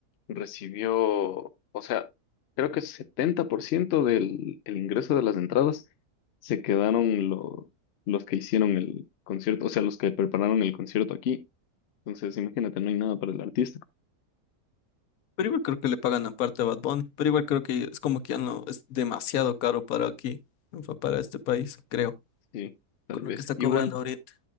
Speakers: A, on the left; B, on the left.
A: recibió, o sea, creo que 70% del el ingreso de las entradas se quedaron los, los que hicieron el concierto, o sea, los que prepararon el concierto aquí. Entonces, imagínate, no hay nada para el artista.
B: Pero igual creo que le pagan aparte a Bad Bunny, pero igual creo que es como que ya no es demasiado caro para aquí, fa- para este país, creo,
A: Sí, tal
B: con
A: vez.
B: lo que está cobrando
A: Igual,
B: ahorita.